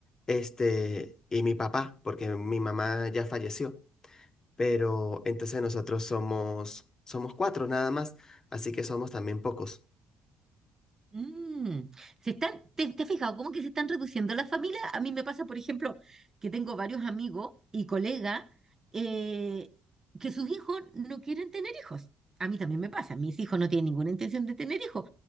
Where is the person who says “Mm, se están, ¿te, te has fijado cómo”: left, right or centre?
Right